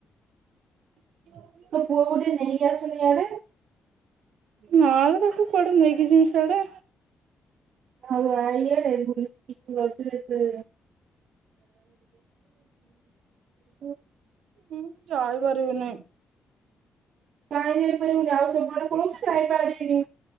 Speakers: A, on the right; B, on the right.
A: <unintelligible>
B: ତୋ ପୁଅ କୁ ଟିକିଏ ନେଇ ଆସୁନୁ ଇଆଡେ।
A: ନା ଲୋ ତାକୁ କୁଆଡ଼େ ନେଇକି ଯିମି ସିଆଡ଼େ?
B: ଆଉ ଆ ଇଆଡ଼େ, ବୁଲିକି ଯିବୁ ରଜରେ ଏତେ <unintelligible> <unintelligible>
A: ମୁଁ ଯାଇପାରିବିନି।
B: କାଇଁ ଯାଇ ପାରିବୁନି? ଆଉ ସବୁ ଆଡେ ପଳଉଚୁ, ଯାଇ ପାରିବିନି